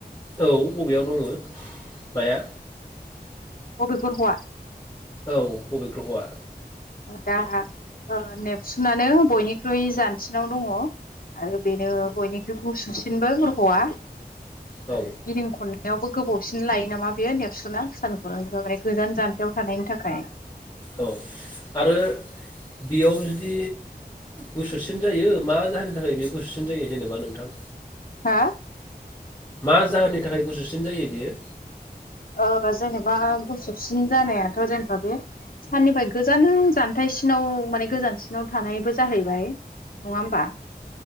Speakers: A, on the left; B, on the left.
A: औ बबेयाव दङ माया?
B: बबे ग्रह'आ?
A: औ बबे ग्रहआ?
B: दा ओ नेबसुनानो बयनिख्रुइ जानसिनाव दङ आरो बेनो बयनिख्रुइ गुसुसिनबो गह'आ।
A: औ
B: आरो गिदिं खन नायावबो गोबावसिन लायो नामा बेयो नेपसुना? सानखरांनिफ्राय माने गोजान जानथायाव थानायनि थाखाय।
A: औ आरो बेयाव जुदि गुसुसिन जायो मा जाहोननि थाखाय बेयो गुसुसिन जायो जेनेबा नोंथां?
B: हा
A: मा जाहोननि थाखाय गुसुसिन जायो बियो?
B: ओ जेनेबा गुसुबसिन जानायाथ' जेनेबा बे साननिफ्राय गोजान जानथायाइसिनाव माने गोजानसिनाव थानायबो जाहैबाय नङा होमबा?